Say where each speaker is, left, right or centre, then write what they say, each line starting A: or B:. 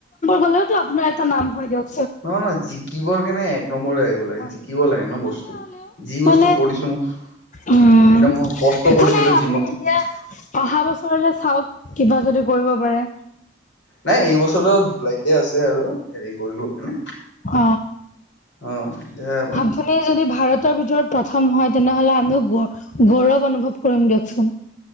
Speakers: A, on the left; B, on the left.
A: গলেও আপোনাৰ এটা নাম হয় দিয়ক।
B: নহ নহয় জিকিবৰ কেনে এক নমৰে আহিব লাগে
A: হয়
B: জিকিব
A: জিকিবৰ
B: লাগে ন বস্তু
A: কাৰণে হলেও
B: যি
A: মানে
B: বস্তু কৰিছো মই এন্তয়া
A: উম
B: মই কষ্ট
A: একো
B: কৰিছিলো
A: নাই আপুনি
B: যিমত।
A: এতিয়া অহা বছৰলে চাওক কিবা যদি কৰিব পাৰে।
B: নাই এইবছৰ জুলাইতে আছে আৰু হেৰি কৰিব কেনে
A: অ
B: অ এতিয়া
A: আপুনি যদি ভাৰতৰ ভিতৰত প্ৰথম হয় তেনেহলে আমিও গ গৌৰৱ অনুভৱ কৰিম দিয়কচোন।